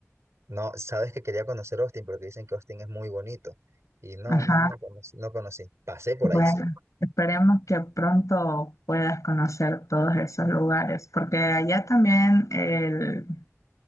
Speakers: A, on the right; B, on the left.
A: No, sabes que quería conocer Austin porque dicen que Austin es muy bonito. Y no,
B: Ajá.
A: no, no conocí, no conocí. Pasé por
B: Bueno,
A: ahí, sí.
B: esperemos que pronto puedas conocer todos esos lugares, porque allá también el